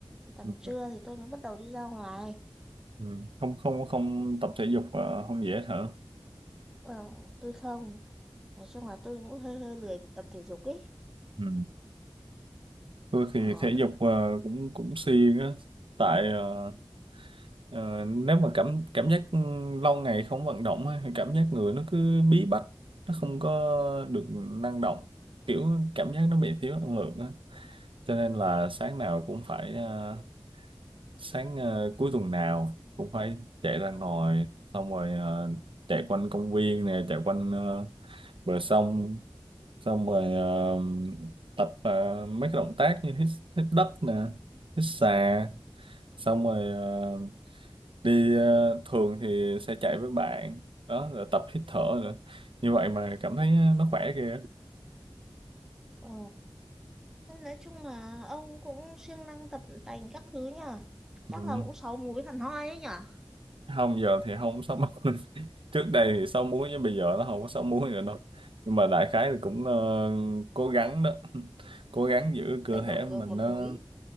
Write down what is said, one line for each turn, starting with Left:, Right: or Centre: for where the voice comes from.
Centre: Tầm
Right: Ừ.
Centre: trưa thì tôi mới bắt đầu đi ra ngoài.
Right: Ừ. không không không tập thể dục ờ, không dễ hả
Centre: Ừ, tôi không. Nói chung là tôi cũng hơi hơi lười tập thể dục ấy.
Right: ừ. tôi thì
Centre: Ờ,
Right: thể
Centre: thế.
Right: dục ờ, cũng cũng siêng á tại ờ, ờ, nếu mà cảm cảm giác lâu ngày không vận động á, thì cảm giác người nó cứ bí bách nó không có được năng động kiểu cảm giác nó bị thiếu năng lượng á cho nên là sáng nào cũng phải ờ, sáng ờ, cuối tuần nào cũng phải chạy ra ngoài xong rồi ờ, chạy quanh công viên nè chạy quanh ờ, bờ sông xong rồi ờ, tập ờ, mấy cái động tác như hít, hít đất nè hít xà xong rồi ờ, đi ờ, thường thì sẽ chạy với bạn đó rồi tập hít thở nữa như vậy mà cảm thấy ờ, nó khỏe kìa
Centre: Ừ. Nên nói chung là ông cũng siêng năng tập tành các thứ nhở.
Right: ừ.
Centre: Chắc là cũng sáu múi hẳn hoi ấy nhở.
Right: không giờ thì không sáu múi <laughs> trước đây thì sáu múi chứ bây giờ nó không có sáu múi nữa đâu nhưng mà đại khái là cũng ờ, cố gắng đó <laughs> cố gắng giữ cơ
Centre: Để
Right: thể
Centre: đổi
Right: mình
Centre: rồi một
Right: nó
Centre: múi.